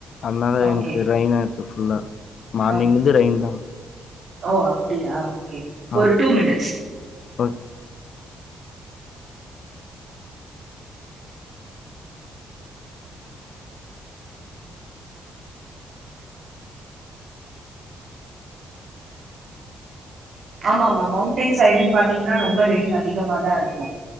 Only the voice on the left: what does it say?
அதுனால
எனக்கு ரெய்னா இருக்கு ஃபுல்லா மார்னிங்
இருந்து
ரெயின் தா
ஆ
ஓக்